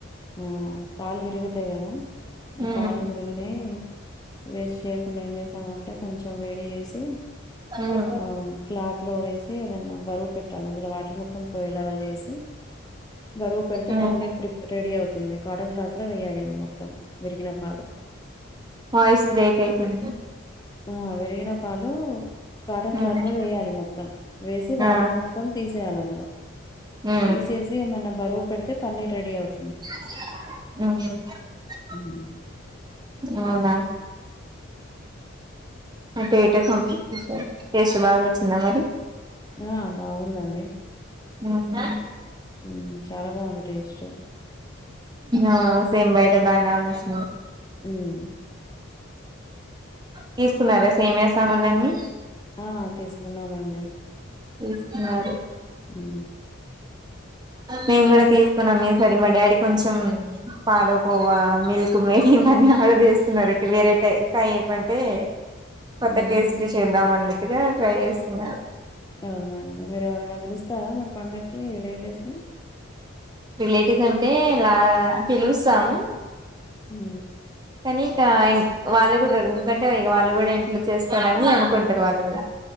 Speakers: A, on the left; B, on the right.
A: ఆ పాల్ విరుగు అంతే కదా
B: ఉమ్
A: పాలు విరిగినై వేస్ట్ చేయకుండా ఏం చేసామంటే కొంచెం వే చేసి
B: ఉమ్
A: ఆ క్లాత్ లో వేసి ఏద పెట్టాలి అందులో వాటర్ మొత్తం పోయేలాగా చేసి, బరువు పెడితే
B: ఉమ్
A: పన్నీర్ రెడీ అవుతుంది కాటన్ క్లాత్ లో వేయాలి మొత్తం విరిగిన పాలు
B: వాయిస్ బ్రేక్ అయితుంది
A: ఆ వెరిగిన పాలు కాటన్ క్లాత్
B: ఉమ్
A: లో వేయాలి మొత్తం వేసి వాటర్
B: ఆ
A: మొత్తం తీసేయాలి అందులో
B: ఉమ్
A: తీసేసి మన్న బరువు పెడితే పన్నీర్ రెడీ అవుతుంది
B: మ్
A: మ్
B: అవునా అంటే ఏటో కంప్ట్ చేసావా టేస్ట్ బాగా వచ్చిందా మరి
A: ఆ బాగుందండి
B: హ్మ్
A: హ్మ్ చాలా బాగుంది స్టేస్ట్
B: ఆ సేమ్ బయట దాన్లాగా వచ్చింది
A: హ్మ్
B: తీస్కున్నారా సేమియా సామాన్లని
A: ఆ తీసుకున్నామండి
B: ఎస్ స్తున్నారు
A: హు
B: మేము కూడా తీసుకున్నాం ఈసారి మా డాడీ కొంచెం పాాలకోవా మిల్క్ మేనీ ఇవన్నీ ఆర్డర్ చేస్తున్నారు ఇటు వేరే టే ఇంకా ఏ మంటే కొత్త
A: హ్మ్.
B: టేస్ట్ చేద్దామని ట్టుగా ట్రై చేస్తున్నారు
A: అవునా అండి మీరు ఎవరైనా పిలుస్తారా మరి పండక్కి రిలేటివ్స్ ని
B: రిలేటివ్స్ అంటే ఇలా పిలుస్తాము
A: హు
B: నీ ఇక వాళ్ళు కూడా ఉన్ ఎందుకంటే ఇగ వాళ్ళు కూడా ఇంట్లో చేస్తారని అనుకుంటారు వాళ్ళు కూడా